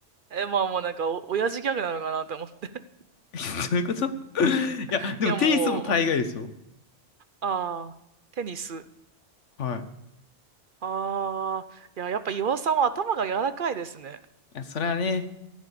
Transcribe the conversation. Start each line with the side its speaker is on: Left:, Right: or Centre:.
Right: え、まあもうなんかお、親父ギャグなのかなと思って。
Left: <laughs> どういうこと <laughs> いや、
Right: <laughs>
Left: でもテニスも大概ですよ。
Right: いやもう、ああ、テニス。
Left: はい。い
Right: ああ、いや、やっぱ岩尾さんは頭が柔らかいですね。
Left: や、それはね、